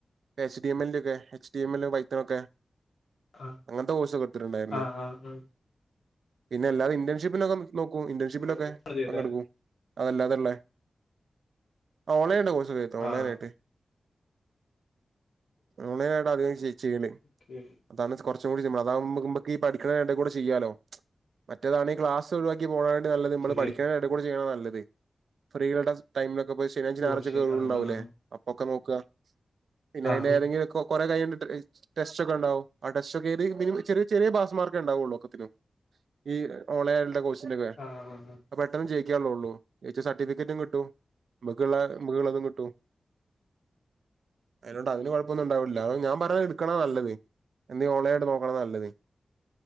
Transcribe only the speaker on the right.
എച്ച് റ്റി എം എൽ ന്റൊക്കെ എച്ച് റ്റി എം എൽ പൈത്തൊമൊക്കെ?
അങ്ങനത്തെ കോഴ്സ്ഒക്കെ ഒത്തിരി ഉണ്ടായിരുന്നു
പിന്നെ അല്ലാതെ ഇന്റേൺഷിപ്പിലൊക്കെനോക്കൂ ഇന്റേൺഷിപ്പിലൊക്കെ
പങ്കെടുക്കൂ അതല്ലാത്ള്ളേ ആഹ് ഓൺലൈനായിണ്ട് കോഴ്സ് ഒക്കെ തോ
ഓൺലൈൻ ആയിട്ട് ഓൺലൈനായിട്ട് അധികം ചെ ചെയ്യല്
അതാണ് കുറച്ചും കൂടി സിംപിൾ അതാകുമ്ബോ നമ്മക്ക് ഈ പഠിക്കണ എടെ കൂടെ ചെയ്യാലോ മറ്റേതാണെ ക്ലാസ് ഒഴിവാക്കി പോണെ ട്ടി നല്ലത് മ്മള്
പഠിക്കണെടേ കൂടെ ചെയ്യണതാ നല്ലത് ഫ്രീയള്ള ടൈംലൊക്കെ പോയി ശനിയായ്ഴ്ച ഞായറാഴ്ച്ചൊക്കെ
ഒഴിവുണ്ടാവൂല്ലേ
അപ്പൊക്ക നോക്ക പിന്നെ
അയിന്
ഏതെങ്കിലും ഒക്കെ കുറെ കൈ ഞ്ഞിട്ട് ഇച് ടെസ്റ്റ് ഒക്കെണ്ടാവും ആ ടെസ്റ്റ് ഒക്കെ എഴുതി മിനിമം ചെറിയ ചെറിയ പാസ് മാർക്കേ ഉണ്ടാവുള്ള ഒക്കത്തിനും ഈ ഓൺലൈനായിട്ടുള്ള കോഴ്സിന്റെ ഒക്കെ
അപ്പെട്ടെന്ന് ജയിക്കാള്ളെള്ളൂ ജെയ്ച്ച സർട്ടിഫിക്കറ്റും കിട്ടും മ്മക്ക്ള്ള മ്മക്ക്ള്ളതും കിട്ടും അയിലോണ്ട് അതിന് കൊഴപ്പൊന്ന്ണ്ടാവുല്ല അതാഞാൻ പറഞ്ഞെ എടുക്കണാ നല്ലത് എന്തേ ഓൺലൈനായിട്ട് നോക്കണ നല്ലത്